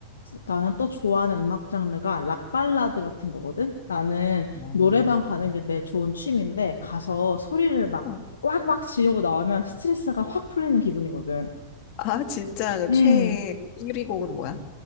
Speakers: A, on the left; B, on the left.
A: 나는 또 좋아하는 음악 장르가 락 발라드 같은 거거든. 나는
B: 음,
A: 노래방 가는 게 내 좋은 취미인데 가서 소리를 막
B: 어.
A: 왁왁 지르고 나오면 스트레스가 확 풀리는 기분이거든.
B: 아, 진짜 그
A: 음.
B: 최애 1위 곡은 뭐야?